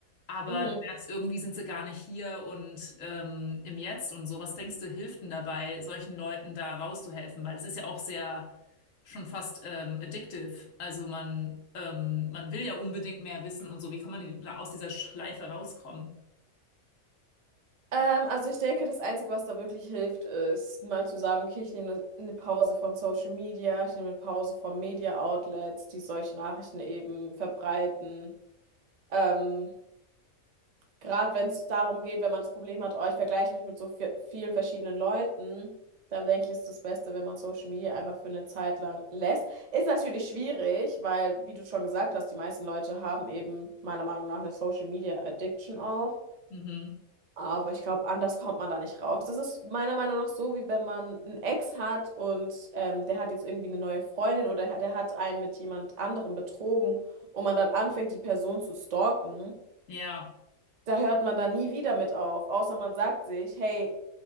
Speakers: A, on the left (about 70°); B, on the right (about 40°).
A: Aber
B: Mhm.
A: du merkst, irgendwie sind sie gar nicht hier und ähm, im Jetzt und so. Was denkst du, hilft denn dabei, solchen Leuten da rauszuhelfen? Weil es ist ja auch sehr schon fast ähm, addictive. Also man, ähm, man will ja unbedingt mehr wissen und so. Wie kann man die- da aus dieser Schleife rauskommen?
B: Ähm, also ich denke, das Einzige, was da wirklich hilft, ist mal zu sagen, okay, ich nehme eine Pause von Social Media, ich nehme eine Pause von Media Outlets, die solche Nachrichten eben verbreiten. Ähm, Gerade wenn es darum geht, wenn man das Problem hat, oh, ich vergleiche mich mit so vi- vielen verschiedenen Leuten, dann denke ich, ist das Beste, wenn man Social Media einfach für eine Zeit lang lässt. Ist natürlich schwierig, weil, wie du schon gesagt hast, die meisten Leute haben eben meiner Meinung nach eine Social Media Addiction auch.
A: Mhm.
B: Aber ich glaube, anders kommt man da nicht raus. Das ist meiner Meinung nach so, wie wenn man einen Ex hat und ähm, der hat jetzt irgendwie eine neue Freundin oder der hat einen mit jemand anderem betrogen und man dann anfängt, die Person zu stalken.
A: Ja.
B: Da hört man dann nie wieder mit auf, außer man sagt sich, hey,